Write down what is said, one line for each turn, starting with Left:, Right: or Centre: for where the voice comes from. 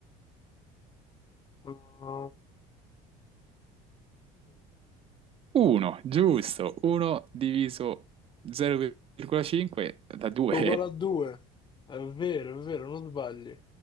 Left: 1
Right: 1, giusto, 1 diviso 0,5 da 2
Left: uguale a 2. È vero, è vero, non sbagli.